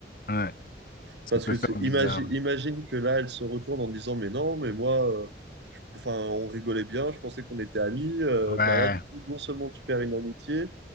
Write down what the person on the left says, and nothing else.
Ouais, ça
peut
faire
bizarre.
Ouais,